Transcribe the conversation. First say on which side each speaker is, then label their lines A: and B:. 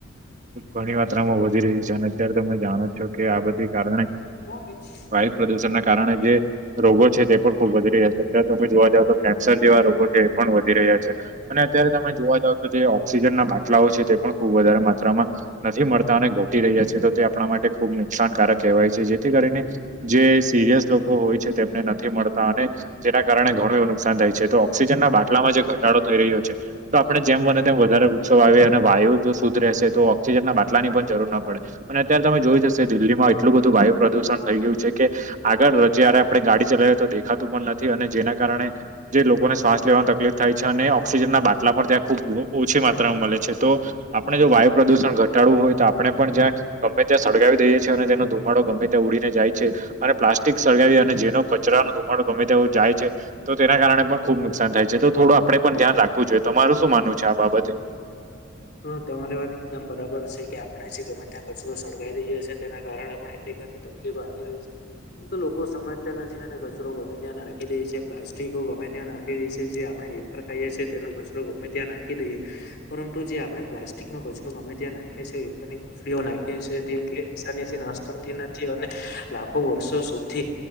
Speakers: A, on the right; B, on the left.
A: ઘણી માત્રા માં વધી રહી છે અને અત્યારે તમે જાણો છો કે આ બધી કારણે
B: <unintelligible>
A: વાયુ પ્રદુષણના કારણે જે રોગો છે તે પણ ખુબ વધી રહ્યા છે અત્યારે તમે જોવા જાવ તો કેન્સર જેવા રોગો તે પણ વધી રહ્યા છે અને અત્યારે તમે જોવા જાવ તો જે ઓક્સિજનના બાટલાઓ છે તે પણ ખુબ વધારે માત્રામાં નથી મળતા અને ઘટી રહ્યા છે. તો તે આપણા માટે ખુબ નુકસાનકારક કહેવાય છે જેથી કરીને જે સિરિયસ લોક લોકો હોય છે તેમને નથી મળતા અને તેના કારણે ઘણું એવું નુકસાન થાય છે તો ઓક્સિજનના બાટલામાં જે ઘટાડો થઈ રહ્યો છે. તો આપણે જેમ તેમ વધારે વૃક્ષો વાવીએ અને વાયુ જો શુદ્ધ રહેશે તો ઓક્સિજન ના બાટલા ની પણ જરૂર ન પડે. અને અત્યારે તમે જોયું જ હશે દિલ્હીમાં એટલું બધું વાયુ પ્રદુષણ થઈ ગયું છે કે આગળ જ્યારે આપણે ગાડી ચલાવી તો દેખાતું નથી અને જેના કારણે જે લોક લોકોને શ્વાસ લેવાની તકલીફ થાય છે અને ઓક્સિજનના બાટલા પણ ત્યાં ખૂબ ઓછી માત્રામાં મળે છે તો આપણે જો પ્રદુષણ ઘટાડવું હોય આપણે પણ જ્યાં ગમે ત્યાં સળગાવી દઈએ છીએ અને તેનો ધુમાડો ગમે ત્યાં ઉડીને જાય છે. અને પ્લાસ્ટિક સળગાવી અને જેનો કચરાનો ધુમાડો ગમે તેવો જાય છે તો તેના કારણે પણ ખુબ નુકસાન થાય છે તો થોડું આપણે પણ ધ્યાન રાખવું જોઈએ તમારે શું માનવું છે આ બાબતે
B: હા તમારી વાત એકદમ બરાબર છે કે આપણે છે ગમે ત્યાં કચરો સળગાઈ દઈયો છે તેના કારણે પણ એટલી બધી તકલીફ આવી રહી છે. તો લોકો સમજતા નથી અને કચરો ગમે ત્યાં નાખી દે છે પ્લાસ્ટિકો ગમે ત્યાં નાખી દે છે જે આપણે સળગાઈએ છીએ તેનો કચરો ગમે ત્યાં નાખી દઈએ પર જે આપણે પ્લાસ્ટિક નો કચરો ગમે ત્યાં નાખ્યા છે નાખીએ છી <unintelligible> નાશ થતી નથી અને લાખો વર્ષો સુધી